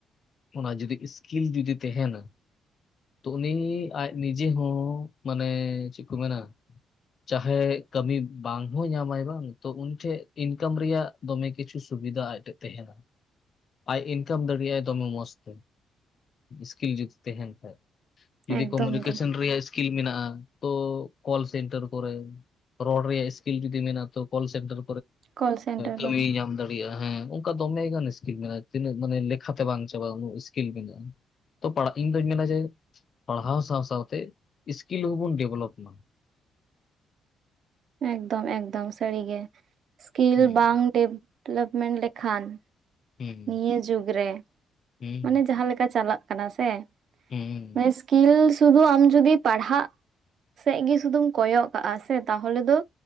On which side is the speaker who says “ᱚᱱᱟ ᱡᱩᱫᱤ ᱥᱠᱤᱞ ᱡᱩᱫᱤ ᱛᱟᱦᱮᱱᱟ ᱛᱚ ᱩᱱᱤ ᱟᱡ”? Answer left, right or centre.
Left